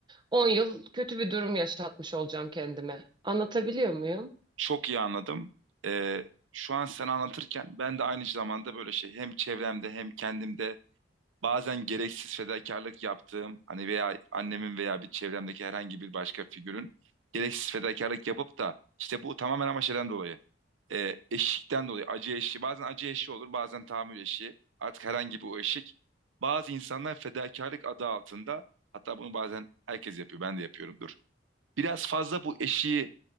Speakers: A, on the right; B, on the right.
A: 10 yıl kötü bir durum yaşatmış olacağım kendime. Anlatabiliyor muyum?
B: Çok iyi anladım. Ee, şu an sen anlatırken ben de aynı zamanda böyle şey hem çevremde hem kendimde bazen gereksiz fedakarlık yaptığım hani veya annemin veya bir çevremdeki herhangi bir başka figürün gereksiz fedakarlık yapıp da işte bu tamamen ama şeyden dolayı e, eşikten dolayı acı eşiği bazen acı eşiği olur bazen tahammül eşiği artık herhangi bir o eşik bazı insanlar fedakarlık adı altında hatta bunu bazen herkes yapıyor ben de yapıyorumdur biraz fazla bu eşiği